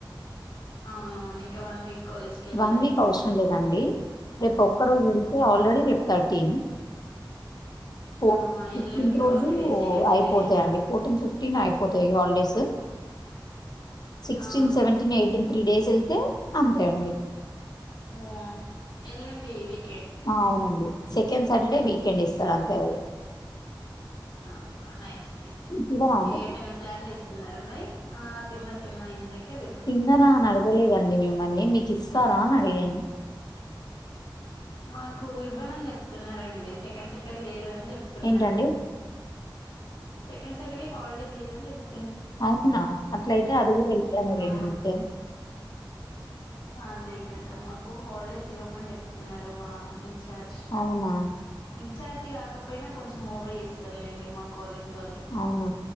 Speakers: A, on the left (about 80°); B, on the left (about 55°).
A: అవునువును ఇంకా వన్ వీక్ కాలేజ్ కి వెళ్ళాలి
B: వన్ వీక్
A: ఇగ
B: అవసరం లేదండి. రేపు ఒక్క రోజు వెళ్తే ఆల్రెడీ
A: ఆ
B: రేపు థర్టీన్, ఫోర్
A: ఆహా
B: ఫిఫ్టీన్త్
A: ఎల్లుండి
B: రోజు
A: హాలిడే సెకండ్ సాటర్డేనా
B: అయిపోతాయండి. ఫోర్టీన్ ఫిఫ్టీన్ అయిపోతాయి ఇగ హాలిడేస్. sixteen,
A: ఆ
B: seventeen, eighteen three days వెళ్తే అంతేండి.
A: ఓ ఎల్లుండి వీకెండ్
B: ఆ అవునండి సెకండ్ సాటర్డే వీకెండ్ ఇస్తారు అంతే ఎవరు.
A: న న నె
B: తినరా అండి
A: ఏటన ప్లాన్ చేసి తిన్నారా మరి ఆ తిన్న తిన్న ఇందాకే తిన్నా
B: తిన్నరా అని అడగలేదండి మిమ్మల్ని మీకు ఇస్తారా అని అడిగాను
A: మాకు ఇవ్వనని చెప్తున్నారండి సెకండ్ సాటర్డే లేదని చెప్తున్నారు
B: ఏంటండి
A: సెకండ్ సాటర్డే హాలిడే లేదని చెప్ప
B: అవునా అట్లయితే అది కూడా వెళ్ళాను లేండి
A: ఆ
B: నీతో
A: అదే కదా మాకు హాలిడేస్ ఇవ్వమని చెప్తున్నారు స్తున్నారు మా ఇన్ చార్జ్
B: అవునా
A: ఇన్చార్జ్ చ్చి కాకపోయినా కొంచెం ఓవర్ చేస్తారు లేండి మా కాలేజ్ వాళ్ళు
B: అవునా